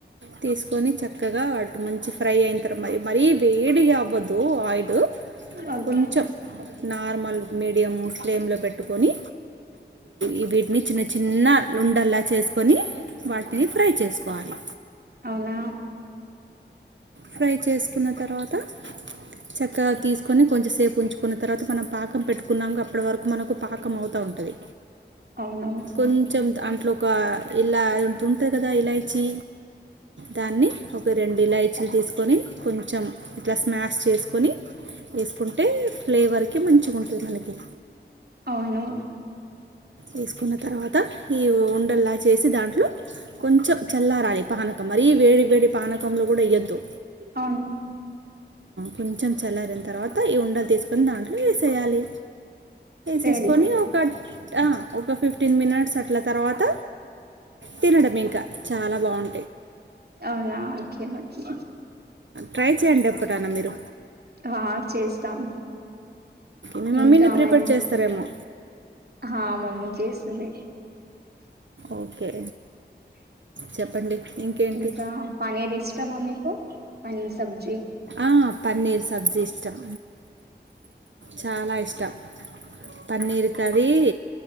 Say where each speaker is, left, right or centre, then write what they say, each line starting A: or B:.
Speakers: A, on the right; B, on the right.
A: తీసు కని చక్కగా వాటి మంచి ఫ్రై అయింది మరి మరీ వేడిగా అవ్వదు ఆయిల్
B: ఓకే
A: కొంచెం నార్మల్ మీడియం ఫ్లేమ్లో పెట్టుకొని ఇ వీటిని చిన్న చిన్న లుండల్లా చేసుకొని వాటిని ఫ్రై చేసుకోవాలి
B: అవునా
A: ఫ్రై చేసుకున్న తర్వాత చక్కగా తీసుకొని కొంచెం సేపు ఉంచుకున్న తర్వాత మనం పాకం పెట్టుకున్నాం అప్పటి వరకు మనకు పాకం అవుతా ఉంటది
B: అవును
A: కొంచెం అంట్లో ఒక ఇల్ అదంట తుంట కదా ఇలాయిచీ దాన్ని ఒక రెండు ఇలాయిచీలు తీసుకొని కొంచెం <unintelligible> చేసుకొని వేసుకుంటే ఫ్లేవర్కి మంచిగ ఉంటది మనకి
B: అవును
A: వేసుకున్న తర్వాత ఈ ఉండల్లా చేసి దాంట్లో కొంచెం చల్లారాలి పానకం మరి వేడి వేడి పానకంలో కూడా ఎయోద్దు
B: అవును
A: కొంచెం చల్లారన తర్వాత ఈ ఉండలు తీసుకొని దాంట్లో వేసేయాలి
B: రెడీ
A: వేసుకొని కట్ ఒక ఫిఫ్టీన్ మినిట్స్ అట్ల తర్వాత తినడం ఇంకా చాలా బాగుం
B: అవునా ఓకే ఓకే
A: ట్రై <unintelligible> మీరు
B: ఆ చేస్తాం
A: మీ మమ్మీని
B: ఇంకా
A: ప్రిపేర్
B: మరి
A: చేస్తారేమో
B: ఆ మమ్మీ చేస్తుంది
A: ఓకే చెప్పండి ఇంకేంటి
B: ఇంకా పనీరు ఇష్టమా మీకు <unintelligible>
A: ఆ పన్నీర్ సబ్జీ ఇష్టం చాలా ఇష్టం పన్నీర్ కర్రి